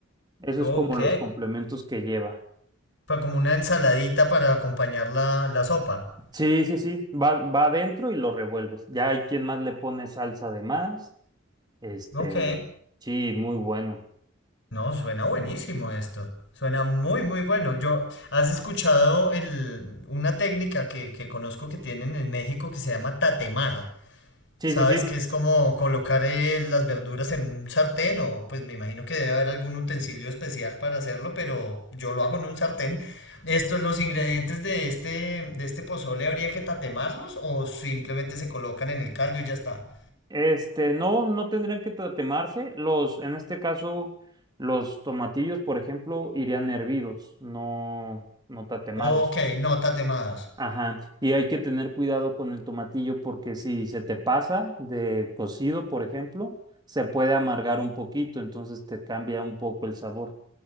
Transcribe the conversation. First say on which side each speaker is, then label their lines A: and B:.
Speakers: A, on the right; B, on the left.
A: eso
B: Ok.
A: es como los complementos que lleva.
B: Fue como una ensaladita para acompañar la, la sopa.
A: Sí, sí, sí, va, va adentro y lo revuelves. Ya hay quien más le pone salsa de más. Este,
B: Ok.
A: sí, muy bueno.
B: No, suena buenísimo esto. Suena muy, muy bueno. Yo, ¿has escuchado el, una técnica que, que conozco que tienen en México que se llama tatemar?
A: Sí,
B: Sabes
A: sí, sí.
B: que es como colocar eh, las verduras en un sartén o pues me imagino que debe haber algún utensilio especial para hacerlo, pero yo lo hago en un sartén. Estos, los ingredientes de este, de este pozole, ¿habría que tatemarlos o simplemente se colocan en el caldo y ya está?
A: Este, no, no tendrían que tatemarse. Los, en este caso, los tomatillos, por ejemplo, irían hervidos, no, no tatemados.
B: Ok, no tatemados.
A: Ajá, y hay que tener cuidado con el tomatillo porque si se te pasa de cocido, por ejemplo, se puede amargar un poquito, entonces te cambia un poco el sabor.